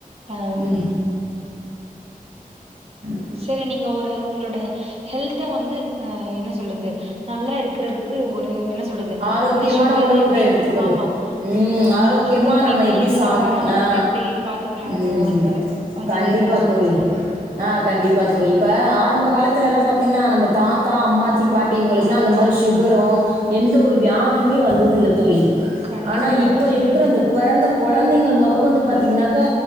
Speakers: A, on the right (about 40°); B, on the right (about 60°).
A: அம்
B: ம் <unintelligible>
A: செரி நீங்க ஒரு உங்களோட ஹெல்த்த வந்து என்ன சொல்லது நல்லா இருக்கறதுக்கு ஒரு என்ன சொ <unintelligible>
B: ஆரோக்கியமான
A: இந்த ஷுகரு
B: உணவுகள்
A: பீப்பு
B: எடுத்துக்கிறது
A: ஆமா
B: ம்
A: ஆமா
B: ஆரோக்கியமாக
A: ஷுகர் பி
B: நம்ம
A: பி
B: எப்படி
A: இதெல்லா
B: சாப்பிட்டு
A: வராம
B: ஆ
A: நம்ம எப் எப்டி பாத்துக்லா நம்மள
B: ம்
A: ஒடம்ப அந்த
B: கண்டிப்பாக
A: மாரி ஏதாச்சு
B: தோழி
A: பேசலா
B: ஆ கண்டிப்பா தோழி இப்ப ஆரம்ப காலத்துல எல்லா பாத்தீங்ன்னா நம்ம தாத்தா அம்மாச்சி பாட்டி இவங்களுக்கெல்லா அந்த மாரி ஷுகரோ எந்த ஒரு வியாதியுமே வந்ததில்ல தோழி
A: கண்டிப்பா
B: ஆனா
A: கரெக்டா
B: இப்ப
A: சொன்னீங்க
B: இருக்குற இந்தப் பெறந்த கொழந்தைங்கள் மொதக்கொண்டு பாத்தீங்கன்னாக்கா